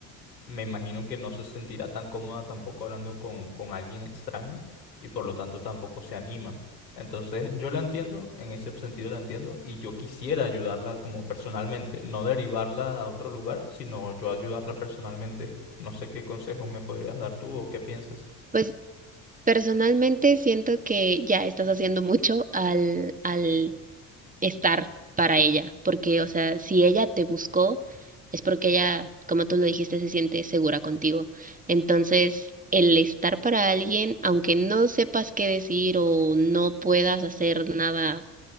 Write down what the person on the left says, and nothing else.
me imagino que no se sentirá tan cómoda tampoco hablando con, con alguien extraño y por lo tanto tampoco se anima. Entonces yo la entiendo, en ese sentido la entiendo y yo quisiera ayudarla como personalmente, no derivarla a otro lugar, sino yo ayudarla personalmente. No sé qué consejo me podrías dar tú o qué piensas.